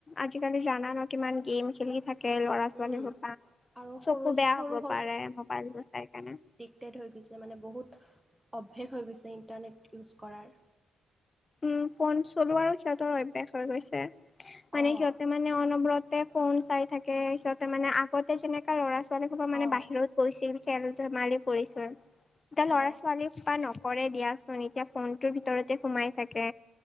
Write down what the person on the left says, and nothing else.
আজিকালি জানা ন'কিমান গেম খেলি থাকে। কে-ল'ৰা ছোৱালী
সোপা
চকু বেয়া
হব পাৰে। মোবাইল বোৰ চাই থাকে।
উম, ৰ্পন চলোৱাৰো সিহঁতৰ অভ্যাস হৈ গৈছে। মানে
সিহঁতে মা মানে অনবৰতে ৰ্পন চাই থাকে। সিহঁতে মানে আগতে যেনেকা ল'ৰা ছোৱালী সোপা মানে
বাহিৰত কৰিছিল। খেল-ধেমালিও কৰিছিল। এতিয়া ল'ৰা
ছোৱালী বা নকৰে দিয়াচোন এতিয়া ফোনটোৰ ভিতৰতে সোমাই থাকে।